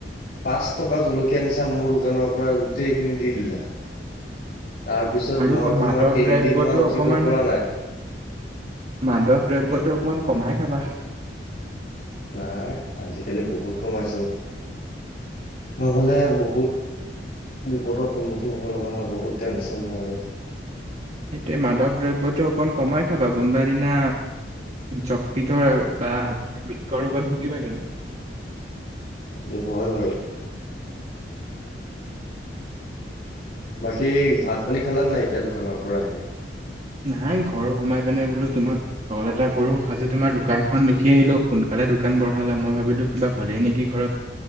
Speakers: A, on the left; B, on the right.
A: পাঁচ টকা জলকীয়া নিচা মোৰ দোকানৰ পৰা গোটেইখিনি দি দিলা। তাৰ পিছত
B: আৰু
A: মই তোমাৰ
B: মাদক
A: তিনিদিন
B: দ্ৰব্যটো
A: মান উঠিব
B: অকমান
A: পৰা নাই।
B: মাদক দ্ৰব্যটো অকমান কমাই খাবা।
A: নাই আজিকালি বহুত কমাইছো। নহলে বহুত বিপদৰ সন্মুখীন হ'ব লগা হয়, বহুত টেনচন হয়।
B: সেইটোয়ে মাদক দ্ৰব্যটো অকমান কমাই খাবা, কোনোবা দিনা যকৃতৰ আহ তোমাৰ বৃক্ৰ ৰোগত ভুগিবা কিন্তু।
A: সেইটো হয় বাৰু। বাকী ভাত পানী খালা নাই এতিয়া দোকানৰ পৰা আহি?
B: নাই ঘৰ সোমাই পিনে বোলো তোমাক কল এটা কৰো। আজি তোমাৰ দোকানখন দেখি আহিলো। সোনকাল লে দোকান বঢ়ালা। মই ভাবিলো কিবা ক'লেই নেকি ঘৰত।